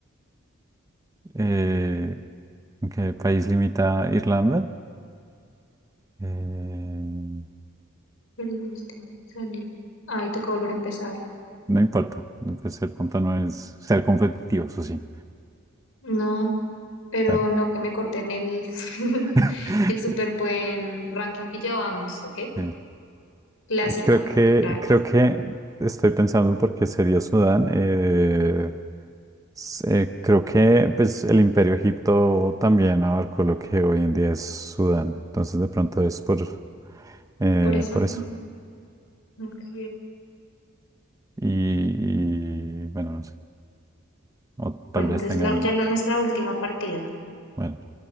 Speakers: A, on the right; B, on the left.
A: eh, ¿En qué país limita Irlanda? Eh,
B: perdiste, salir. Ay, toca volver a empezarlo.
A: no importa, pues el punto no es ser competitivos, o sí.
B: No, pero
A: Bueno,
B: no que me corten el, <laughs>
A: <laughs>
B: el súper buen ranking que llevamos, ¿ok?
A: eh,
B: Clásico,
A: eh, creo que,
B: otra vez.
A: creo que estoy pensando porque sería Sudán. eh, s- eh, creo que pues, el Imperio Egipto también abarcó lo que hoy en día es Sudán. Entonces de pronto es por, eh,
B: Por eso,
A: por eso.
B: mm, ok.
A: Y, y, bueno, no sé. O
B: Bueno,
A: tal vez
B: entonces
A: tengan,
B: la- ya la nuestra última partida.
A: bueno,